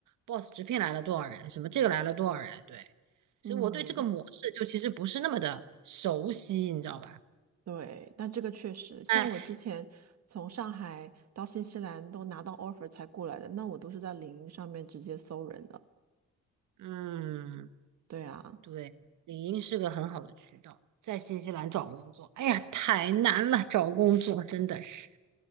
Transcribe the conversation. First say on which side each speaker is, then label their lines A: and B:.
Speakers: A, on the right; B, on the right.
A: boss 直聘来了多少人，什么这个来了多少人，对，
B: 嗯，
A: 所以我对这个模式就其实不是那么的熟悉，你知道吧？
B: 对，那这个确实，像我之前从上海到新西兰都拿到
A: 哎，
B: offer 才过来的，那我都是在领英上面直接搜人的。
A: 嗯，
B: 对啊，
A: 对，领英是个很好的渠道，在新西兰找工作，哎呀，太难了，找工作真的是，